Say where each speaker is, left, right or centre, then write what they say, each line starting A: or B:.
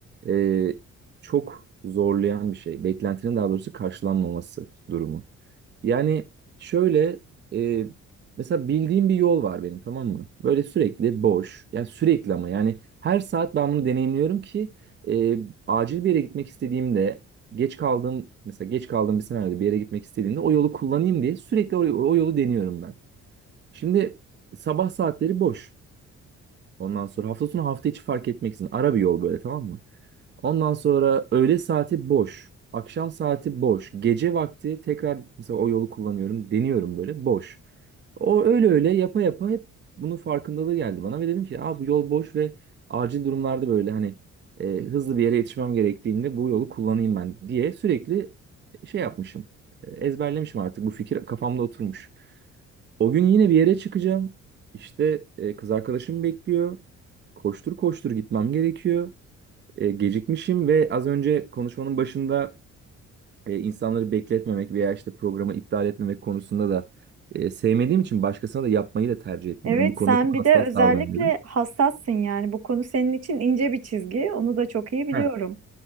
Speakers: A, on the right; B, on the right.
A: e, çok zorlayan bir şey. Beklentinin daha doğrusu karşılanmaması durumu. Yani şöyle e, mesela bildiğim bir yol var benim tamam mı? Böyle sürekli boş. Yani sürekli ama yani her saat ben bunu deneyimliyorum ki e, acil bir yere gitmek istediğimde geç kaldığım mesela geç kaldığım bir senaryoda bir yere gitmek istediğimde o yolu kullanayım diye sürekli o, o yolu deniyorum ben. Şimdi sabah saatleri boş. Ondan sonra hafta sonu hafta içi fark etmeksizin ara bir yol böyle tamam mı? Ondan sonra öğle saati boş. Akşam saati boş. Gece vakti tekrar mesela o yolu kullanıyorum. Deniyorum böyle boş. O öyle öyle yapa yapa hep bunun farkındalığı geldi bana ve dedim ki Aa, bu yol boş ve acil durumlarda böyle hani e, hızlı bir yere yetişmem gerektiğinde bu yolu kullanayım ben diye sürekli şey yapmışım. E, Ezberlemişim artık bu fikir kafamda oturmuş. O gün yine bir yere çıkacağım. İşte e, kız arkadaşım bekliyor. Koştur koştur gitmem gerekiyor. E, gecikmişim ve az önce konuşmanın başında e, insanları bekletmemek veya işte programı iptal etmemek konusunda da e, sevmediğim için başkasına da yapmayı da tercih etmiyorum.
B: Evet
A: Bu konuda
B: sen
A: çok
B: bir
A: hassas
B: de özellikle
A: davranıyorum.
B: hassassın yani bu konu senin için ince bir çizgi onu da çok iyi biliyorum.
A: Heh.